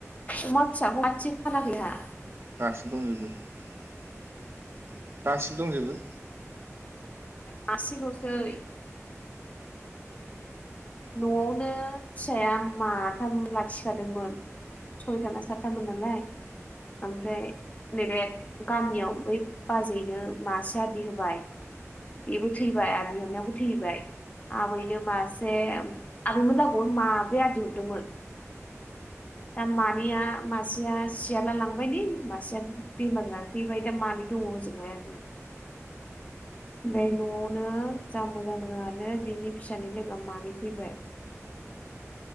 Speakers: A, on the left (about 30°); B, on the right (about 50°).
A: अमा फिसाखौ मासेबो फानाखै हा
B: गासिब दंजोबो <inaudible> गासिब दंजोबो
A: मासे लसै नआवनो फिसाया माथाम लाखिखादोंमोन सयथा ना सातथामोन नालाय ओमफ्राय नैबे गामियाव बै बाजैैनो मासे आदि होबाय बेबो थैबाय आदि होननायाबो थैबाय आबैनो मासे आबैमोना अमा माब्रै आदि हरदोंमोन दा मानैया मासेया सियाला लांबायलै मासेया बेमार जाना थैबाय दा मानै दङ ओजोंहाय आदि बे न'आव नो जा मोजां मोजा़ङानो बिनि फिसानि लोगो मानै थैबाय